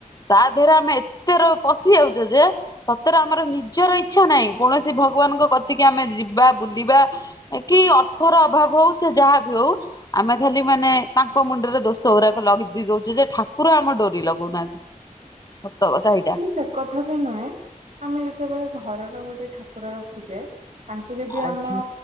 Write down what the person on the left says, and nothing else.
ତା ଦେହରେ ଆମେ ଏତେ ରୋ ପ ସି ଯାଉଚ ଯେ ସତରେ ଆମର ନିଜର ଇଚ୍ଛା ନାହିଁ କୌଣସି ଭଗବାନଙ୍କ କତିକି ଆମେ ଯିବା ବୁଲିବା କି ଅର୍ଥର ଅଭାବ ହଉ ସେ ଯାହା ବି ହଉ ଆମେ ଖାଲି ମାନେ ତାଙ୍କ ମୁଣ୍ଡରେ ଦୋଷ ଗୁରାକ ଲଦି ଦଉଚ ଯେ ଠାକୁର ଆମ ଡୋରି ଲଗଉନାହା ସତ କଥା ହେଇ
ଆଛି